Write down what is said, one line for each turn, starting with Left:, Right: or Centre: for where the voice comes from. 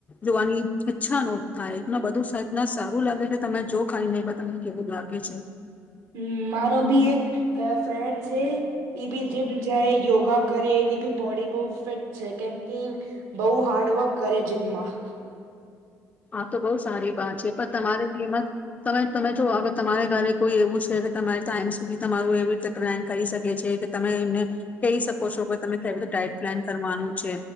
Left: જોવાની ઈચ્છા ન થાય એ બધું સારું લાગે છે તમે જો ખાઈનેહી તમને કેવું લાગે છે.
Right: હમ્મ મારો બી એક અ ફ્રેન્ડ છે, એબી જીમ જાય યોગા કરે એની બી બોડી બહ ફિટ છે કેમકે બહુ હાર્ડવર્ક કરે જીમમાં.
Left: હા તો બઉુ સારી વાત છે પણ તમારે તેમાં તમે તમે જો અગર તમારે ઘરે કોઈ એવું છે કે તમારે ટાઈમ સુધી તમારું એવી રીતે પ્લાન કરી શકે છે કે તમે એમને કહી શકો છો કે તમે કેવી રીતે ડાયટ પ્લાન કરવાનું છે